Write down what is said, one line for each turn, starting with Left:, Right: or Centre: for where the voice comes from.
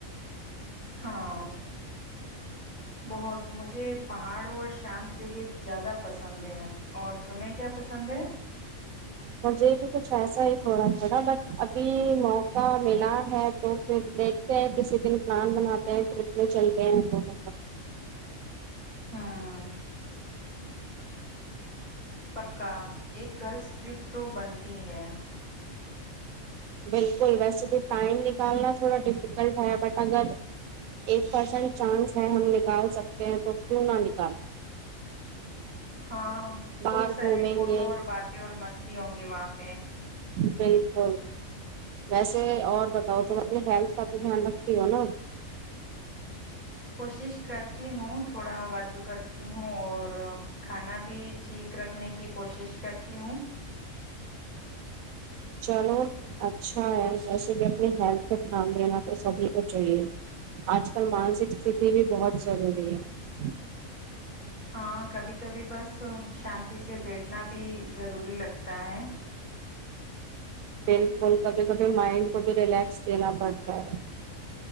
Left: ہاں بہت مجھے پہاڑ اور شانت جگہ زیادہ پسند ہے اور تمہیں کیا پسند ہے
Right: مھے کچھ ایسا ہی تھوڑا تھوڑا بٹ ابھی موقع ملا ہے تو پھر دیکھتے ہیں کسی دن پلان بناتے ہیں ٹرپ میں چلتے ہیں لگ
Left: ہوں پکا ایک گرلس ٹرپ تو بنتی ہے
Right: بالکل ویسے تو ٹائم نہیں کال <unintelligible> تھوڑا ڈیفکلٹ آیا بٹ اگر ایک پرسینٹ چانس ہے ہم نکال سکتے ہیں تو کیوں نہ ن
Left: ہاں
Right: باہر
Left: خوب ساری
Right: گھومیں
Left: فوٹو
Right: گے
Left: اور باتیں اور مست ہوں گی وہاں پہ
Right: بالکل ویسے اور بتاؤ تم اپنی ہیلتھ کا تو دھیان رکھتی ہو نا
Left: کوشش کرتی ہوں تھوڑا ورک کرتی ہوں اور کھانا بھی ٹھیک رکھنے کی کوشش کرتی ہوں
Right: چلو اچھا ہے جیسے بھی اپنی ہیلتھ کا دھیان دینا تو سبھی کو چاہیے آج کل مانسک سٹی بھی بہت جگہ ہے شہ <unintelligible>
Left: ہاں کبھی کبھی بس شانتی سے بیٹھنا بھی ضروری لگتا ہے
Right: بالکل کبھی کبھی مائنڈ کو بھی ریلیکس دینا پڑتا ہے